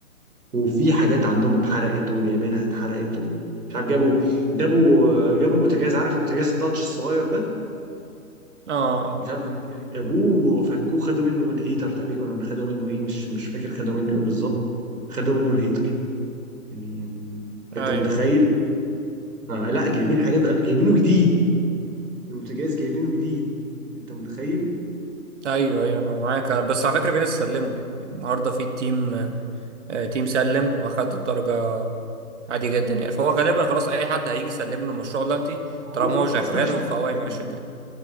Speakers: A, on the right; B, on the right.
A: وفي حاجات عندهم اتحرقت وجايبينها اتحرقت ومش عارف جابوا جابوا جابوا بوتاجاز عارف البوتاجاز التاتش الصغير ده
B: اه اه
A: مش عارف ج- جابوه فكوه خدوا منه الهيتر تقريبا ولا خدوا منه ايه مش مش فاكر خدوا منه ايه بالظبط خدوا منه الهيتر يعني يعني انت
B: ايوه
A: متخيل
B: ايوه
A: آه لا جايبين حاجات غ... جايبينه جديد البوتاجاز جايبينه جديد انت متخيل
B: ايوه ايوه انا معاك بس على فكره في ناس سلموا يعني النهارده في تيم آه، تيم سلم واخد الدرجه عادي جدا يعني فهو غالبا خلاص اي حد هيجي يسلم له المشروع دلوقتي
A: ما
B: طالما
A: هو خلاص
B: هو شغال
A: ما فيش
B: هو
A: وقت
B: فهو هيمشي
A: تاني
B: الدنيا